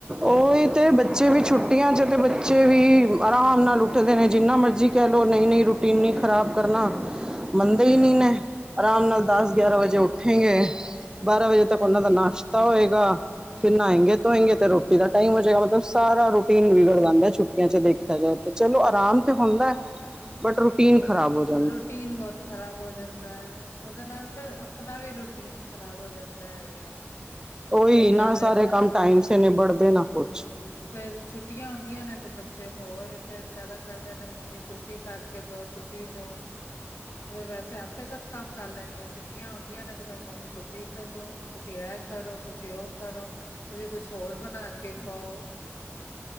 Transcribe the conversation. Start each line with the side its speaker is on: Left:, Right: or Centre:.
Right: ਓ ਈ ਤੇ ਬੱਚੇ ਵੀ ਛੁੱਟੀਆਂ ਚ ਬੱਚੇ ਵੀ ਆਰਾਮ ਨਾਲ ਉੱਠਦੇ ਨੇ ਜਿੰਨਾ ਮਰਜੀ ਕੈ ਲੋੋ ਨਈ-ਨਈ ਰ ਟੀਨ ਈ ਖ਼ਰਾਬ ਕਰਨਾ ਮੰਨਦੇ ਈ ਨੀ ਨੇ। ਆਰਾਮ ਨਾਲ ਦਸ ਗਿਆਰਾਂ ਵਜੇ ਉੱਠੇਗੇ ਬਾਰਾਂ ਵਜੇ ਤੱਕ
Left: ਹਾਂਜੀ।
Right: ਉਨਾਂ ਦਾ ਨਾਸ਼ ਤਾ ਹੋਏਗਾ ਫ਼ਿਰ ਨਏਗੇ ਧੋਏਗੇ ਤੇ ਰੋਟੀ ਦਾ ਟਾਈਮ ਹੋ ਜਾਏਗਾ ਮਤਲਬ ਸਾਰਾ ਰ ਟੀਨ ਵਿਗੜ ਜਾਂਂਦਾ ਛੁੱਟੀਆਂ ਚ ਦੇਖਿਆ ਜਾਏ ਤੇ ਚਲੋ ਆਰਾਮ ਤੇ ਹੁੰਦੈ ਬਟ ਰੂਟੀਨ ਖਰਾਬ ਹੋ ਜਾ
Left: ਰੂਟੀਨ ਬੋਤ ਖ਼ਰਾਬ ਹੋ ਜਾਂਦਾ ਓਦੇ ਨਾਲ ਫਿਰ ਆਪਣਾ ਵੀ ਰੂਟੀਨ ਖ਼ਰਾਬ ਹੋ ਜਾਂਦਾ ਹੈਗਾ।
Right: ਓ
Left: ਬੱਚਿਆਂ
Right: ਈ ਨਾ
Left: ਦੇ
Right: ਸਾਰੇ
Left: ਨਾਲ
Right: ਕੰਮ ਟਾਈਮ ਸਿ ਨਿਬੜਦੇ ਨਾ ਕੁੱਛ।
Left: ਫੇਰ ਛੁੱਟੀਆਂ ਹੁੰਦੀਆਂ ਨੇ ਤੇ ਬੱਚੇ ਹੋਰ ਫੇਰ ਜਾਦਾ ਕਰਦੇ ਨੇ ਮੰਮੀ ਤੁਸੀਂ ਕਰਕੇ ਦੋ ਤੁਸੀਂ ਦੋ। ਤੇ ਫ ਵੈਸੇ ਆਪੇ ਸਭ ਕੰਮ ਕਰ ਲੈਣਗ ਛੁੱਟੀਆਂ ਆਉਂਦੀਆਂ ਨੇ ਤੇ ਫੇਰ ਮੰਮੀ ਤੁਸੀਂ ਕਰੋ। ਤੁਸੀਂ ਐ ਕਰੋ ਤੁਸੀਂ ਓ ਕਰੋ ਤੁਸੀਂ ਕੁੱਛ ਹੋਰ ਬਣਾ ਕੇ ਖਵਾਓ।